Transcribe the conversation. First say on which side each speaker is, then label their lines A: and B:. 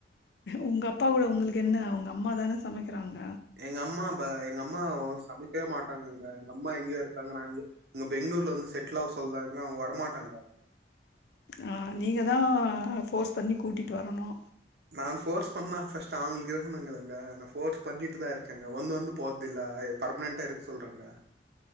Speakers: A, on the left; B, on the right.
A: உங்க அப்பா கூட உங்குளுக்கு என்ன உங்க அம்மா தான சமைக்கறாங்க
B: எங்கம்மா ப எங்கம்மா ஒ சமைக்கவே மாட்டாங்கங்க எங்கம்மா எங்கியோ இருக்காங்க நா எங்கியோ இங்க பெங்ளூர்ல வந்து செட்லு ஆவு சொல்றாங்க அவுங்க வரமாட்டேன்றாங்க
A: அ நீங்கதா ஃபோர்ஸ் பண்ணி கூட்டிட்டு வரணு
B: நான் ஃபோர்ஸ் பண்ணா ஃபர்ஸ்ட் அவுங்குளுக்கு இருக்கணுங்கலங்க நா ஃபோர்ஸ் பண்ணிட்டுதா இருக்கங்க வந்து வந்து போறதில்லே எப் பர்மனெண்ட்டா இருக் சொல்றங்கே